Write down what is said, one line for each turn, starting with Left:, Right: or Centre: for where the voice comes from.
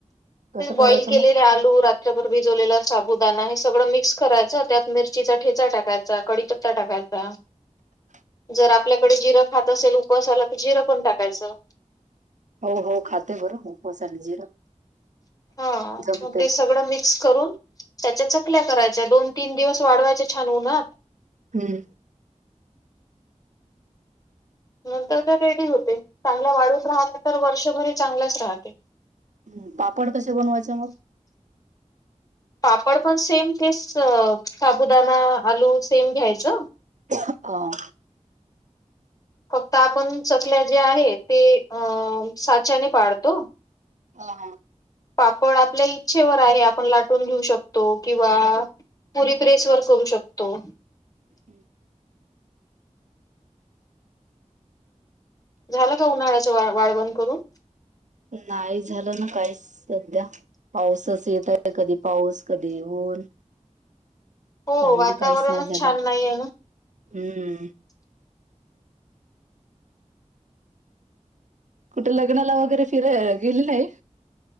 Right: कसं
Left: बॉइल
Right: करायचं
Left: केलेले
Right: मग?
Left: आलू, रत त्र भर भिजवलेला साबूदाना, हे सगळं मिक्स करायचं, त्यात मिरचीचा ठेचा टाकायचा, कडीपत्ता टाकायचा
Right: <inaudible>
Left: जर आपल्याकडे, जिरं खात असेल उपवासाला, त जिरं पण टाकायचं.
Right: हो हो,, खाते बरं, हो उपवासाला जिरं
Left: हां,
Right: जमते
Left: मग ते सगळं मिक्स करून, त्याच्या चकल्या करायच्या, दोन-तीन दिवस वाढवायच्या छान उनात.
Right: हम.
Left: नंतर त्या रेडी होते, चांगला वाळूच राहालं, तर वर्षभरही चांगलंच राहते.
Right: हम, पापड कशे बनवायचे मग?
Left: पापड पण सेम तेच, साबुदाणा, आलू सेम घ्यायचं.
Right: अं?
Left: फक्त आपण चकल्या ते आहे, ते अ साच्याने पाडतो.
Right: अहा
Left: पापड आपल्या इच्छेवर आहे, आपण लाटून घेऊ शकतो किंवा पुरी प्रेसवर, करू शकतो.
Right: हं
Left: झालं का? उन्हाळ्याचं वा वाळवण करून?
Right: नाही झालं ना, काहीच सध्या. पाऊसच येत आहे. कधी पाऊस, कधी ऊन
Left: हो
Right: त्यामुळे
Left: वातावरणच
Right: काहीच नाही झालं.
Left: छान नाही आहे ना
Right: हं. कुठं लग्नाला वगैरे, फिराय गेली नाही?